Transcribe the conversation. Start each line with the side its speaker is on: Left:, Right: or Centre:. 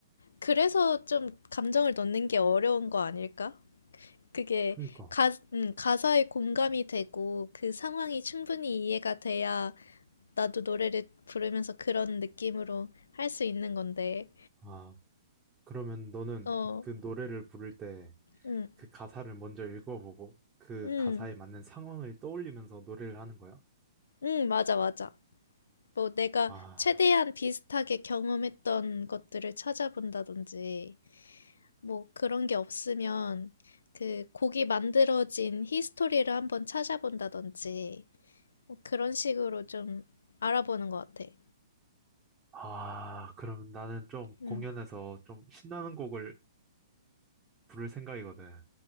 Left: 그래서 좀 감정을 넣는 게 어려운 거 아닐까? 그게
Right: 그러니까.
Left: 가, 음, 가사에 공감이 되고, 그 상황이 충분히 이해가 돼야 나도 노래를 부르면서 그런 느낌으로 할 수 있는 건데,
Right: 아, 그러면 너는
Left: 어,
Right: 그 노래를 부를 때,
Left: 응.
Right: 그 가사를 먼저 읽어보고 그
Left: 응.
Right: 가사에 맞는 상황을 떠올리면서 노래를 하는 거야?
Left: 응. 맞아, 맞아. 뭐 내가
Right: 아,
Left: 최대한 비슷하게 경험했던 것들을 찾아본다든지, 뭐 그런 게 없으면 그 곡이 만들어진 히스토리를 한번 찾아본다든지 뭐 그런 식으로 좀 알아보는 것 같아.
Right: 아, 그러면 나는 좀
Left: 음.
Right: 공연에서 좀 신나는 곡을 부를 생각이거든.